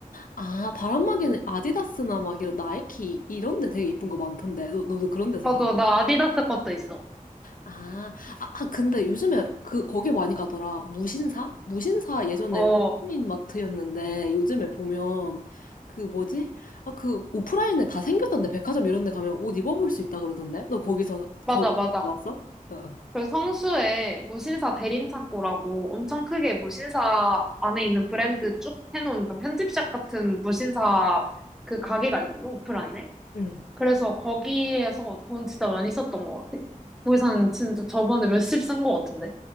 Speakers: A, on the left; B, in the centre.
A: 아, 바람막이는 아디다스나 막 이런 나이키 이런 데 되게 이쁜 거 많던데. 너, 너도 그런 데서
B: 맞아,
A: 사?
B: 나 아디다스 것도 있어.
A: 아, 아, 아, 근데 요즘에 그, 거기 많이 가더라. 무신사? 무신사 예전에
B: 어,
A: 오프라인 마트였는데 요즘에 보면 그 뭐지? 아, 그 오프라인에 다 생겼던데. 백화점 이런 데 가면 옷 입어볼 수 있다 그러던데. 너 거기서,
B: 맞아,
A: 거, 거기서
B: 맞아.
A: 왔어? 어, 어.
B: 그리고 성수에 무신사 대림창고라고 엄청 크게 무신사 안에 있는 브랜드 쭉 해놓은 그런 편집샵 같은 무신사 그 가게가 있거든, 오프라인에.
A: 응.
B: 그래서 거기에서 돈 진짜 많이 썼던 것 같아. 거기서는 진짜 저번에 몇십 쓴 것 같은데.